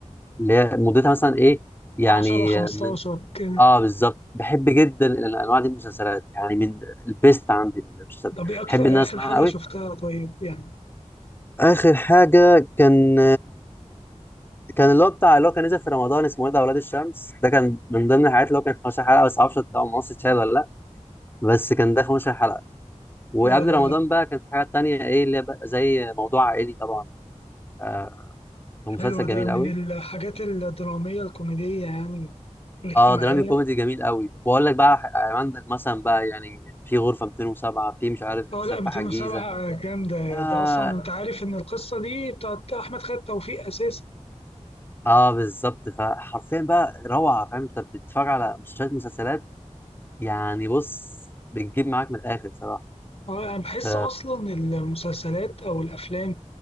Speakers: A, on the left; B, on the left.
A: اللي هي مدتها مثلا ايه يعني
B: 10 15
A: من
B: كده
A: اه بالظبط بحب جدا الانواع دي من المسلسلات يعني من البيست عندي المسلسلات
B: طب ايه اكتر
A: بحب ان انا
B: اخر
A: اسمعها
B: حاجة
A: قوي
B: شفتها طيب يعني
A: اخر حاجه كان كان اللي هو بتاع اللي هو كان نزل في رمضان اسمه ايه ده اولاد الشمس ده كان من ضمن الحاجات اللي هو كان 15 حلقه بس معرفش بتاع مصر شاهد ولا لا بس كان ده 15 حلقه وقبل
B: اه ده
A: رمضان بقى كان في حاجات تانية ايه اللي هي بقى زي موضوع عائلي طبعا آه كان
B: حلو
A: مسلسل
B: ده
A: جميل
B: من
A: قوي
B: الحاجات الدرامية الكوميدية يعني والاجتماعية
A: اه درامي كوميدي جميل قوي واقول لك بقى آه، عندك مثلا بقى يعني في غرفه 207 في مش عارف
B: اه
A: سفاح
B: لا 207
A: الجيزه
B: جامدة
A: اه
B: ده اصلا انت عارف ان القصة دي بتاعت احمد خالد توفيق اساسا
A: اه بالظبط فحرفيا بقى روعه فاهم انت بتتفرج على مسلسلات مسلسلات يعني بص بتجيب معاك من الاخر صراحه
B: اه انا بحس
A: ف
B: اصلا المسلسلات او الافلام